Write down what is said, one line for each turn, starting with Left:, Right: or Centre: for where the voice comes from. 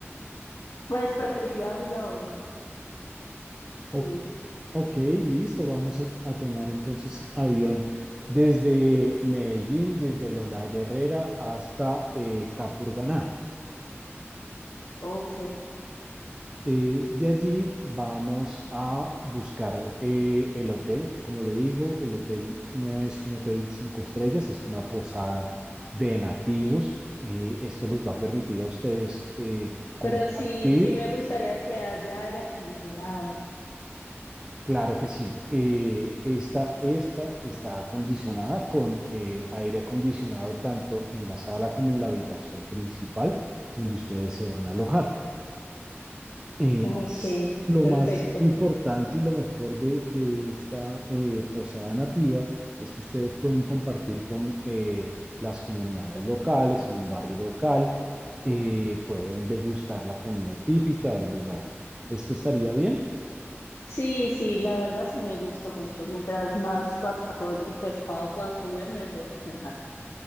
Left: Pues preferiría avión, sí,
Right: O- ok, listo, vamos a, a tomar entonces avión desde Medellín, desde Lolaya Herrera hasta eh, Capurganá.
Left: ok.
Right: Eh, de allí vamos a buscar eh, el hotel. Como le digo, el hotel no es un hotel cinco estrellas, es una posada de nativos. Eh, esto les va a permitir a ustedes eh, compartir.
Left: Pero sí, sí me gustaría que haya aire acondicionado.
Right: Claro que sí. eh, esta, esta está acondicionada con eh, aire acondicionado tanto en la sala como en la habitación principal donde ustedes se van a alojar. Eh,
Left: Ok,
Right: s- lo
Left: perfecto.
Right: más importante y lo mejor de, de esta eh, posada nativa es que ustedes pueden compartir con eh, las comunidades locales, en un barrio local, eh, pueden degustar la comida típica del lugar. ¿Esto estaría bien?
Left: Sí, sí, la verdad sí me gusta mucho. Mientras más patacón y pescado pueda comer, mejor. <laughs>